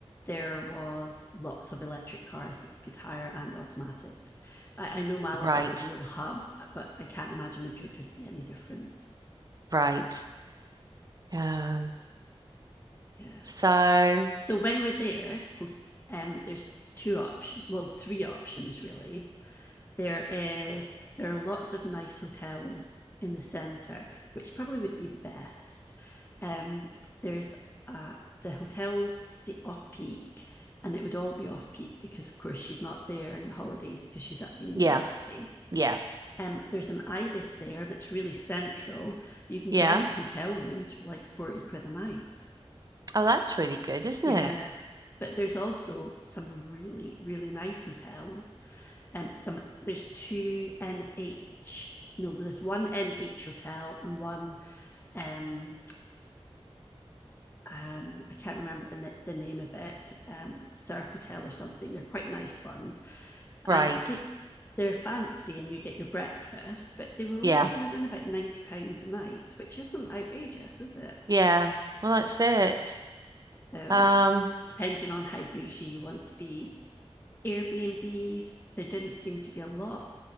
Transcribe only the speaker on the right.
Right,
right. Um,
so
yeah, yeah,
yeah.
Oh, that's really good, isn't
it?
Right.
Yeah,
yeah. Well, that's it.
Um,